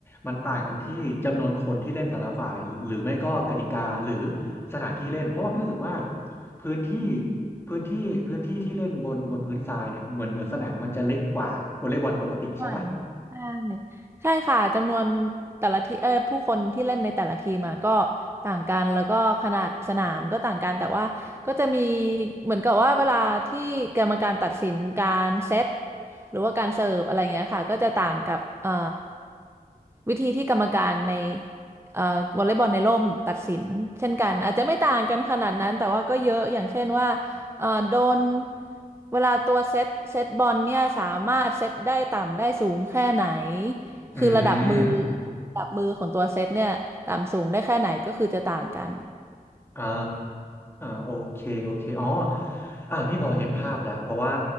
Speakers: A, on the left; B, on the right.
A: มันต่างกันที่จำนวนคนที่เล่นแต่ละฝ่ายหรือไม่ก็กติกาหรือสถานที่เล่นเพราะว่าพี่รู้สึกว่าพื้นที่พื้นที่พื้นที่ที่เล่นบนบนพื้นทรายเนี่ยเหมือนเหมือนสนามมันจะเล็กกว่าวอลเลย์บอลปกติใช่ปะ
B: อ่าใช่ใช่ค่ะจำนวนแต่ละทีเออผู้คนที่เล่นในแต่ละทีมอะก็ต่างกันแล้วก็ขนาดสนามก็ต่างกันแต่ว่าก็จะมีเหมือนกับว่าเวลาที่กรรมการตัดสินการเซตหรือว่าการเสิร์ฟอะไรเงี้ยค่ะก็จะต่างกับเอ่อวิธีที่กรรมการในเอ่อวอลเลย์บอลในร่มตัดสินเช่นกัน อาจจะไม่ต่างกันขนาดนั้น แต่ว่าก็เยอะอย่างเช่นว่า เอ่อโดนเวลาตัวเซตเซตบอลเนี่ยสามารถเซตได้ต่ำได้สูงแค่ไหน
A: อืม
B: คือระดับมือระดับมือของตัวเซตเนี่ยต่ำสูงได้แค่ไหนก็คือจะต่างกัน
A: อ่าโอเคโอเคอ๋ออ่าพี่พอเห็นภาพแล้วเพราะว่า